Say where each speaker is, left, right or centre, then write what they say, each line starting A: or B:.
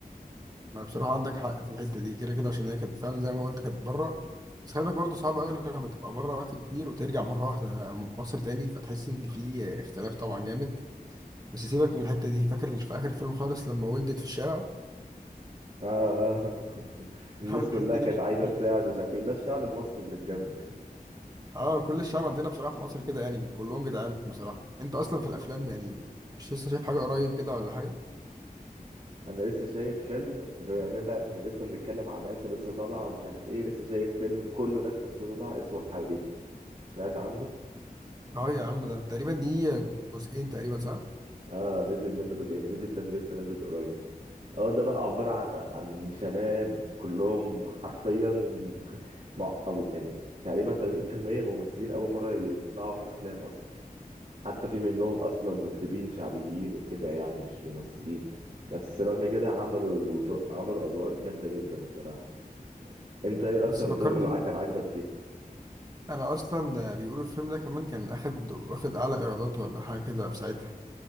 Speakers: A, on the right; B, on the right.
A: ما بصراحة عندك حق في الحتة دي كده كده عشان هي كانت فعلا زي ما قلت كانت بره بس خلي بالك برضه صعب قوي لما تبقى بره وقت كبير وترجع مرة واحدة مصر تاني فتحس إن في اختلاف طبعا جامد بس سيبك من الحتة دي فاكر في آخر الفيلم خالص لما ولدت في الشارع
B: آه. <laughs> الناس
A: <laughs> الحتة
B: كلها كانت
A: دي كانت
B: عايزة
A: حلوة.
B: تساعد ومش عارف ايه ده الشعب المصري اللي بجد
A: اه كل الشعب عندنا بصراحة في مصر كده يعني كلهم جدعان بصراحة انت اصلا في الافلام يعني مش لسه شايف حاجة قريب كده ولا حاجة
B: انا لسه شايف فيلم بما اننا بقى كنا لسه بنتكلم عن ناس لسه طالعة ومش عارف ايه لسه شايف فيلم كله ناس لسه طالعة اسمه الحريف سمعت عنه؟
A: اه يا عم ده تقريبا دي جزئين تقريبا صح
B: اه نزل منه جزئين الجزء التاني لسه نازل قريب هو ده بقى عبارة عن عن شباب كلهم حرفيا <laughs> مع- أو يعني تقريبا 80% ممثلين أول مرة يطلعوا في أفلام أصلا حتى في منهم أصلا مطربين شعبيين وكده يعني مش ممثلين بس رغم كده عملوا دو- عملوا أدوار جامدة جدا بصراحة أنت إيه أكتر
A: بس فكرني
B: دور ع-
A: بيه
B: كان عاجبك فيهم؟
A: انا اصلا بيقولوا الفيلم ده كمان كان اخد واخد اعلى ايرادات ولا حاجة كده في ساعتها